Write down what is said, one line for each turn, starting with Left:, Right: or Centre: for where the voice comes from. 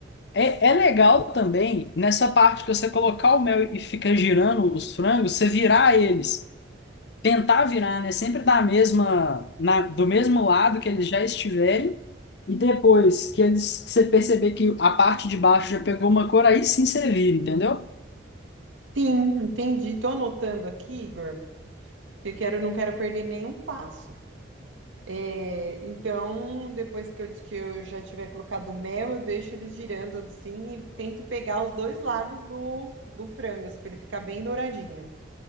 Left: É, é legal também nessa parte que você colocar o mel e ficar girando os frangos, você virar eles, tentar virar, né? Sempre da mesma, na- do mesmo lado que eles já estiverem, e depois que eles que você perceber que a parte de baixo já pegou uma cor, aí sim você vira, entendeu?
Right: Sim, entendi. Tô anotando aqui, Igor, que eu quero, não quero perder nenhum passo. É, então, depois que eu, que eu já tiver colocado o mel, eu deixo eles girando assim e tento pegar os dois lados do, do frango, assim, para ele ficar bem douradinho.